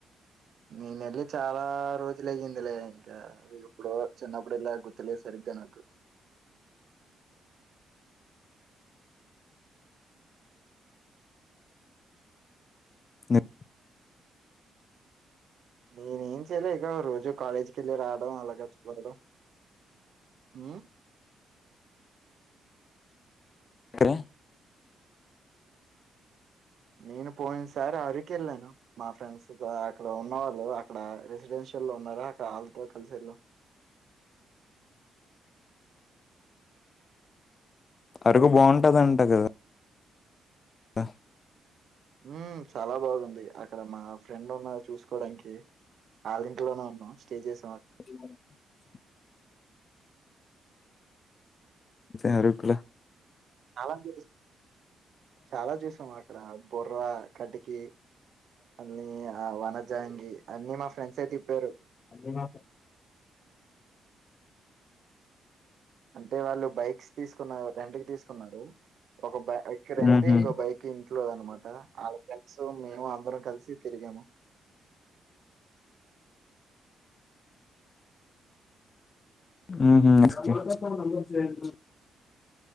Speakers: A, on the right; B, on the left.
A: నేనెళ్లి చాలా రోజులు అయ్యిందిలే ఇంకా ఇప్పుడో చిన్నప్పుడు ఎల్లా గుర్తులేస్ సరిగ్గా నాకు
B: మీరు
A: నేనేం చేయలే ఇక రోజు కాలేజీకి వెళ్ళి రావడం అలాగ వదడం ఉమ్
B: అరే
A: నేను పోయిన సారీ అరికెళ్ళాను మా ఫ్రెండ్స్ తో ఆ అక్కడ ఉన్న వాళ్ళు అక్కడ రెసిడెన్షియల్ లో ఉన్నార అక్క ఆళ్ళతోటి అల్సైడ్ లో
B: అరకు బాగుంటదింట కదా ఆ
A: ఉ చాలా బాగుంది. అక్కడ మా ఫ్రెండ్ ఉన్నారు చూసుకోవడానికి అళ్ళ ఇంట్లోనే ఉన్నాం స్టే చేసం
B: <inaudible> త్త అరుకులా
A: చాలా చుస్ చాలా చూసాము అక్కడ బొర్రా కటికి అన్ని వనజాంగి అన్ని మా ఫ్రెండ్స్ యే తిప్పారు.
B: ఏమా
A: అంటే వాళ్ళు బైక్స్ తీసుకున్నారు రెంటుకు తీసుకున్నారు. ఒక బ ఎక్కిర్రు అంటే
B: మ్మ్హ్మ్.
A: ఇంకో బైక్ ఇంట్లో ది అనమాట అల్లా ఫ్రెండ్స్ మేము అందరం కలిసి తిరిగాము.
B: మ్ ఉహుం.